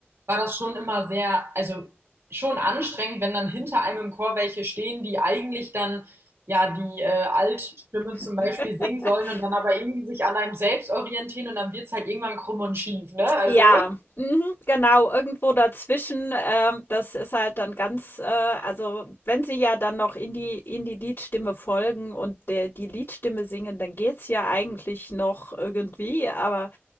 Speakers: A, on the right; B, on the left.
A: war das schon immer sehr, also schon anstrengend, wenn dann hinter einem im Chor welche stehen, die eigentlich dann ja die äh, Altstimme zum
B: <laughs>
A: Beispiel singen sollen und dann aber irgendwie sich an einem selbst orientieren und dann wird's halt irgendwann krumm und schief, ne? Also,
B: Ja, mhm, genau, irgendwo dazwischen. ähm, das ist halt dann ganz, äh, also wenn sie ja dann noch in die, in die Liedstimme folgen und der, die Liedstimme singen, dann geht's ja eigentlich noch irgendwie, aber